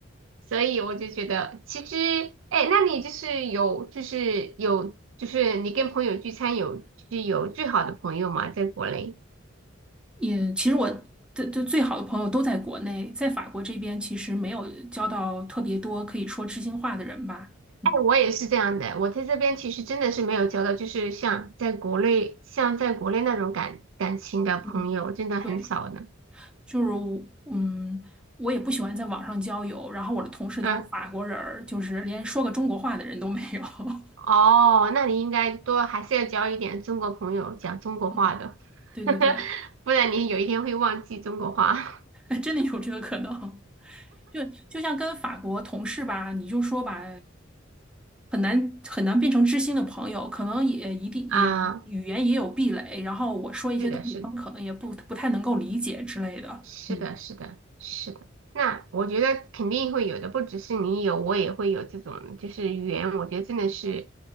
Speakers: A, on the right; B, in the centre.
A: 所以我就觉得其实，哎，那你就是有就是有就是你跟朋友聚餐有就是有最好的朋友吗？在国内？
B: 也其实我的的最好的朋友都在国内，在法国这边其实没有交到特别多可以说知心话的人吧。嗯
A: 哎，我也是这样的，我在这边其实真的是没有交到，就是像在国内像在国内那种感感情的朋友，
B: 嗯，
A: 真的很少的。
B: 对，就是我嗯，我也不喜欢在网上交友，然后我的同事都是法国人儿，
A: 嗯，
B: 就是连说个中国话的人都没有。<laughs>
A: 哦，那你应该多还是要交一点中国朋友，讲中国话的，
B: 嗯，对对对。
A: <laughs> 不然你有一天会忘记中国话。
B: <laughs> 真的有这个可能。就就像跟法国同事吧，你就说吧，很难很难变成知心的朋友，可能也一定也语言也有壁垒，
A: 啊，
B: 然后我说一些东西，
A: 是的，是的
B: 他们可能也不不太能够理解之类的。
A: 是的，
B: 嗯
A: 是的，是的。那我觉得肯定会有的，不只是你有，我也会有这种，就是语言，我觉得真的是，